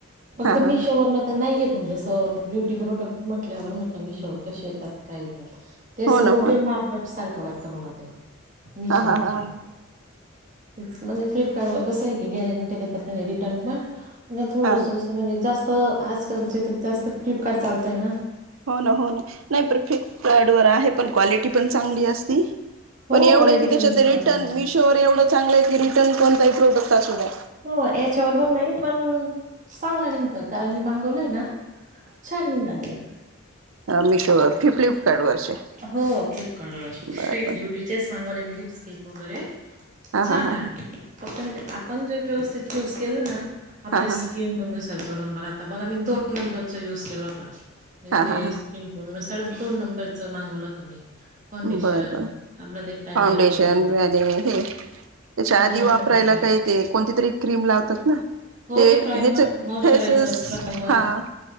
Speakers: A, on the right; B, on the right.
A: फक्त
B: हा हा
A: मिशोवरन तर नाही येत म्हणजे असं ब्युटी प्रोडक्ट म्हटल्यावर म्हटलं मीशोवर कशे येतात काय येतात? ते असं
B: हो ना
A: लोकेल
B: हो ना
A: मार्कट सारखं वाटतं मला ते मिशो
B: हा हा
A: म्हटल्यावर
B: हा हा
A: तेच म्हणजे फ्लिपकार व कसंय की गॅरंटी देतात म्हणजे रिटर्न पण आणि थोडंस
B: हा
A: असं म्हणजे जास्त आजकालच तर जास्त फ्लिपकार्ट चालतंय ना.
B: हो ना हो ना नाही पर फ्रिपकार्ड वर आहे पण क्वालिटी पण चांगली असती.
A: हो
B: पण एवढंय
A: क्वालिटी
B: की तेच्याचे
A: पण
B: रिटर्न
A: चांगली
B: मिशोवर एवढं चांगलं आहे की रिटर्न कोणताही प्रोडक्ट असूद्या
A: हो याच्यावर होत नाही पण चांगलं निंगत कारण मी मागवलंय ना छान निंगालय.
B: अ मिशोवर कि फ्लिपकार्ड वरचे?
A: हो फ्लिपकार्डवर
B: बर
A: स्वीस
B: बर
A: ब्युटीचेच मांगवले मी लिपस्टिक वगैरे
B: हा
A: छान
B: हा हा
A: आलेलं
B: हा
A: फक्त म्हणजे आपण जर व्यवस्थित चूस केलं ना आपल्या
B: हा
A: स्किन टोन नुसार जो नंबर आता बघा मी दोन नंबरचा युज केलो आता म्हणजे
B: हा हा
A: ते
B: हा
A: स्किन टोन नुसार दोन नंबरच मांगवलं होत मी. फाउंडेशन
B: बरं बर,
A: आपलं ते पॅलेट
B: फाउंडेशन
A: वगैरे
B: ब्रॅने हे तेच्या
A: हो
B: आधी वापरायला
A: कॉम्पॅक्ट
B: काही ते कोणती तरी क्रीम लावतात ना?
A: हो
B: ते
A: प्रायमर
B: हेच
A: मॉइश्चरायझर
B: फेसेस
A: प्रायमर
B: हां.